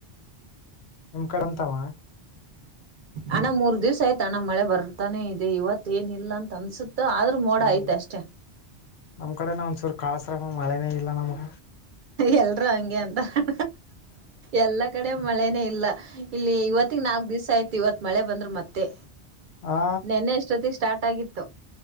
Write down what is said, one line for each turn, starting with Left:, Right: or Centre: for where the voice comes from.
Left: ನಿಮ್ ಕಡೆ ಅಂತಾವ
Right: ಅಣ್ಣ ಮೂರ್ ದಿವ್ಸ ಆಯ್ತು ಅಣ್ಣ ಮಳೆ ಬರ್ತಾನೆ ಇದೆ ಇವತ್ ಏನ ಇಲ್ಲ ಅಂತ ಅನ್ಸುತ್ತೆ. ಆದ್ರೂ ಮೋಡ
Left: ಈ
Right: ಆಯ್ತ ಅಷ್ಟೇ
Left: ನಮ್ ಕಡೆನ ಒಂದ್ಸೂರು ಕಾಳಸ್ರಾಮ ಮಳೆನೇ ಇಲ್ಲ ನಮ್ಗ
Right: ಎಲ್ರು ಹಂಗೆ ಅಂತರ ಎಲ್ಲಾ ಕಡೆ ಮಳೆನೇ ಇಲ್ಲ ಇಲ್ಲಿ ಇವತ್ತ ನಾಲ್ಕ್ ದಿವಸ್ ಆಯ್ತು ಇವತ್ ಮಳೆ ಬಂದ್ರ ಮತ್ತೆ
Left: ಆ
Right: ನೆನ್ನೆ ಅಷ್ಟೊತ್ತಿಗೆ ಸ್ಟಾರ್ಟ್ ಆಗಿತ್ತು.